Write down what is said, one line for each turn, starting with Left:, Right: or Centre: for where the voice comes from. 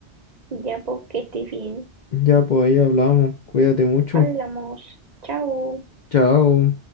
Right: Ya, porque estés bien.
Left: Ya, pues ahí hablamos. Cuídate mucho.
Right: Hablamos. Chao.
Left: Chao.